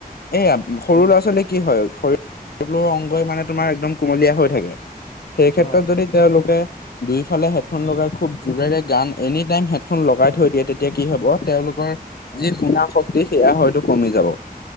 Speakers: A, on the left; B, on the left.
A: এয়া সৰু
B: উম
A: ল'ৰা ছোৱালী কি হয় শৰীৰ ৰ অংগই মানে তোমাৰ একদম কুমলীয়া হৈ থাকে, সেই ক্ষেত্ৰত
B: অঁ
A: যদি তেওঁলোকে দুইফালে হেডফোন
B: উম
A: লগাই খুব জোৰেৰে গান, এনি টাইম হেডফোন লগাই থৈ দিয়ে তে তেতিয়া কি হ'ব তেওঁলোকৰ যি
B: অঁ
A: শুনা শক্তি সেয়া হয়তো কমি যাব।